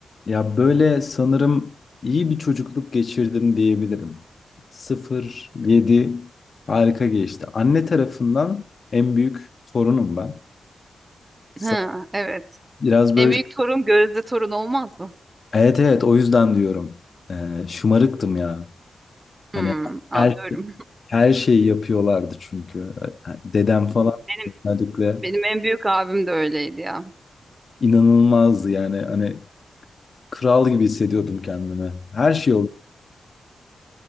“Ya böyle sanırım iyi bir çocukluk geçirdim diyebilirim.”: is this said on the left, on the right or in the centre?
Left